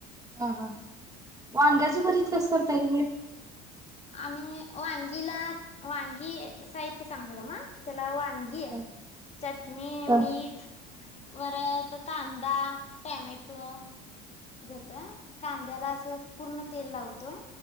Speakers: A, on the right; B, on the left.
A: हा हा व वाग्याचं भरीत. स करताय तुम्ही?
B: आम्ही वांगीला वांगी साहित्य सांगतोत म त्याला वांगी आहे
A: हा
B: चटणी
A: हा
B: मीठ वरत कांदा दा टमॅटो घेतोय. कांद्याला असं पूर्ण तेल लावतोय.